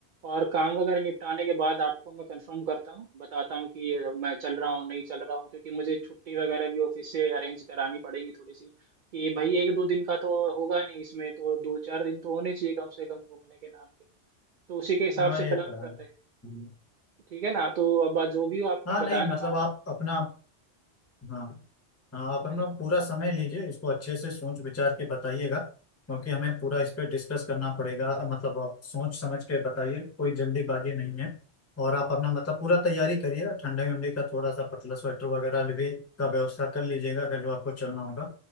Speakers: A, on the right; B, on the left.
A: और काम वगैरह निपटाने के बाद आपको मैं कंफर्म करता हूँ बताता हूँ कि मैं चल रहा हूँ नहीं चल रहा हूँ क्योंकि मुझे छुट्टी वगैरह भी ऑफिस से अरेंज करानी पड़ेगी थोड़ी सी कि भाई एक दो दिन का तो होगा नहीं इसमें तो दो चार दिन तो होने चाहिए कम से कम घूमने के नाम पे तो उसी के हिसाब
B: हाँ
A: से
B: ये
A: प्लान
B: तो
A: करते
B: है हम्म।
A: हैं ठीक है ना तो अब जो भी हो आपका
B: हाँ नहीं
A: बताना
B: मतलब
A: आप
B: आप अपना हाँ हाँ आप अपना
A: है ना
B: पूरा समय लीजिए इसको अच्छे से सोच विचार के बताइएगा क्योंकि हमें पूरा इस पे डिस्कस करना पड़ेगा मतलब आप सोच समझ के बताइए कोई जल्दीबाजी नहीं है और आप अपना मतलब पूरा तैयारी करिए ठंडे उंडे का थोड़ा सा पतला स्वेटर वगैरह भी का व्यवस्था कर लीजिएगा अगर जो आपको चलना होगा